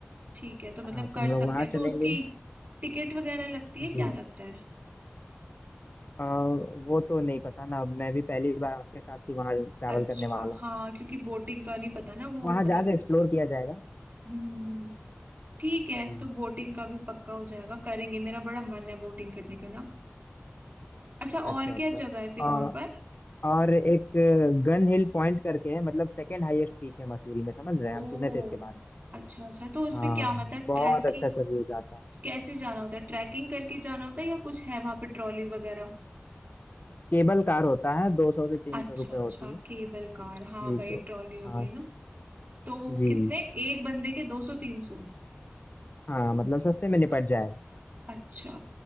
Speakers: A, on the right (about 40°); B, on the left (about 50°).
A: ठीक है तो मतलब
B: हाँ तो
A: कर
B: हम
A: सकते
B: लोग वहाँ
A: हैं तो
B: चलेंगे
A: उसकी टिकट वगैरह लगती है
B: जी
A: क्या लगता है
B: अ, वो तो नहीं पता ना अब मैं भी पहली बार आपके साथ ही वहाँ ट्रैवल
A: अच्छा
B: करने वाला हूँ
A: हाँ क्योंकि बोटिंग का नहीं पता
B: तो
A: ना वो
B: वहाँ
A: मतलब
B: जाकर एक्सप्लोर किया जाएगा
A: हम्म ठीक है
B: जी
A: तो बोटिंग का भी पक्का हो जाएगा करेंगे मेरा बड़ा मन है बोटिंग करने का ना अच्छा
B: अच्छा
A: और
B: अच्छा
A: क्या जगह है फिर
B: अ,
A: वहां पर
B: और एक गन हिल पॉइंट करके है मतलब सेकंड हाईएस्ट पीक है मसूरी में समझ रहे हैं
A: ओ
B: हम सुने थे इसके बारे में
A: अच्छा अच्छा तो उसमें
B: हाँ
A: क्या मतलब
B: बहुत
A: ट्रैकिंग
B: अच्छा अच्छा व्यूज आता है
A: कैसे जाना होता है ट्रैकिंग करके जाना होता है या कुछ है वहां पे ट्रॉली वगैरह
B: केबल कार होता है दो सौ से तीन
A: अच्छा
B: सौ रुपये
A: अच्छा
B: होती है
A: केबल कार हाँ
B: जी
A: भाई
B: तो
A: ट्रॉली हो
B: हाँ
A: गई ना तो
B: जी
A: कितने एक बंदे के दो सौ तीन सौ
B: हाँ मतलब सस्ते में निपट जाएगा
A: अच्छा